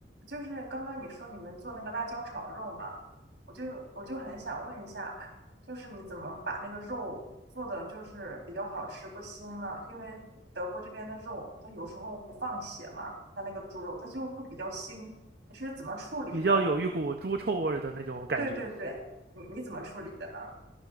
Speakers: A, on the right (about 80°); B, on the right (about 60°).
A: 就是刚刚你说你们做那个辣椒炒肉嘛，我就我就很想问一下，就是你怎么把那个肉做的就是比较好吃不腥呢？因为德国这边的肉，它有时候不放血嘛，它那个猪肉它就会比较腥，你是怎么处理的？
B: 比较有一股猪臭味儿的那种感觉。
A: 对对对，你你怎么处理的呢？